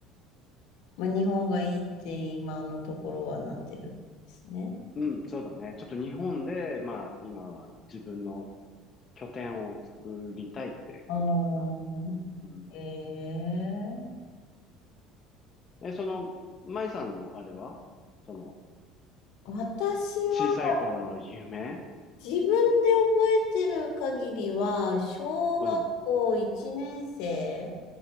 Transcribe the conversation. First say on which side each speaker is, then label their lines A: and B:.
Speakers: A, on the left (about 70°); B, on the left (about 25°).
A: まあ、日本がいいって今のところはなってるんですね。
B: ん。うん、そうだね。ちょっと日本で、まあ、今は自分の拠点を作りたいってことかな。
A: ああー、
B: うん。
A: へえ。
B: え、その、舞さんのあれはその、
A: 私は、
B: 小さい頃の夢
A: 自分で覚えてる限りは、小学校1年生
B: うん。